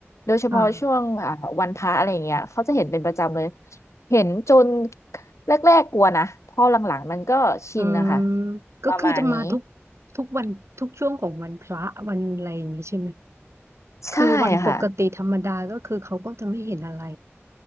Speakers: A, on the left (about 85°); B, on the right (about 70°).
A: โดยเฉพาะช่วงอ่าวันพระอะไรเงี้ยเขาจะเห็นเป็นประจำเลย
B: ค่ะ
A: เห็นจนแรกๆกลัวนะพอหลังๆมันก็ชินนะคะ
B: อืมก็คือจะมาทุก
A: ประมาณนี้
B: ทุกวันทุกช่วงของวันพระวันอะไรอย่างนี้ใช่ไหม
A: ใช่ค่ะ
B: คือวันปกติธรรมดาก็คือเขาก็จะไม่เห็นอะไร